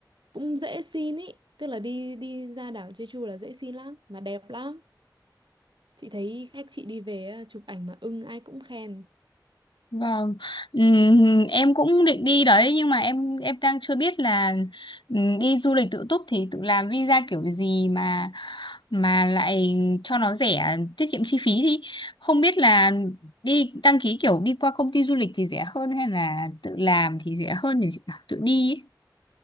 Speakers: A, on the right (about 80°); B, on the left (about 80°).
A: cũng dễ xin ấy. Tức là đi đi ra đảo Jeju là dễ xin lắm mà đẹp lắm. Chị thấy khách chị đi về á, chụp ảnh mà ưng ai cũng khen.
B: Vâng, Ừm, em cũng định đi đấy nhưng mà em em đang chưa biết là ừm, đi du lịch tự túc thì tự làm visa kiểu gì mà mà lại cho nó rẻ tiết kiệm chi phí thì không biết là đi đăng ký kiểu đi qua công ty du lịch thì rẻ hơn hay là tự làm thì rẻ hơn thì chị bảo tự đi ấy.